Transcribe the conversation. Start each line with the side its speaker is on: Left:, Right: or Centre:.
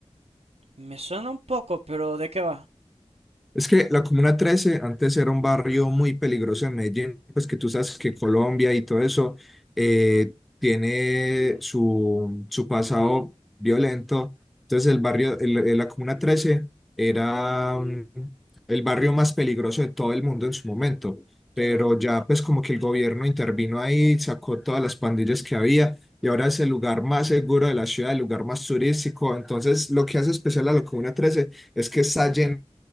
Right: Me suena un poco, pero ¿de qué va?
Centre: Es que la Comuna trece antes era un barrio muy peligroso en Medellín, pues que tú sabes que Colombia y todo eso eh, tiene su, su pasado violento. Entonces el barrio, el- el- la Comuna trece era mm, el barrio más peligroso de todo el mundo en su momento, pero
Right: Ok. <laughs>
Centre: ya pues como que el gobierno intervino ahí, sacó todas las pandillas que había y ahora es el lugar más seguro de la ciudad, el lugar más turístico. Entonces lo que hace especial a la Comuna trece es que está lleno